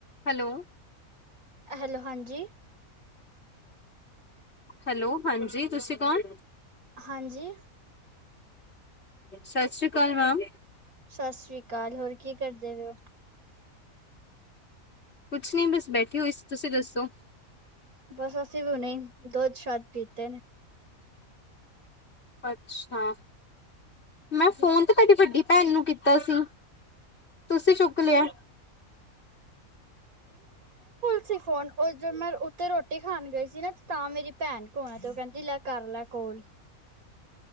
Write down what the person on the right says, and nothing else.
Hello ਹਾਂਜੀ।
ਹਾਂਜੀ।
ਸਤਿ ਸ੍ਰੀ ਅਕਾਲ, ਹੋਰ ਕੀ ਕਰਦੇ ਪਏ ਹੋ?
ਬਸ ਅਸੀਂ ਵੀ ਹੁਣੇ ਹੀ, ਦੁੱਧ ਸ਼ਾਧ ਪੀਤੇ ਨੇ।
ਤੁਸੀ ਫੋਨ, ਉਹ ਜੋਂ ਮੈਂ ਉੱਥਤੇ ਰੋਟੀ ਖਾਣ ਗਈ ਸੀ ਨਾ ਤਾਂ ਮੇਰੀ ਭੈਣ ਕੋਲ ਆ, ਤੇ ਉਹ ਕਹਿੰਦੀ ਲੈ ਕਰ ਲੈ ਕੋਲ।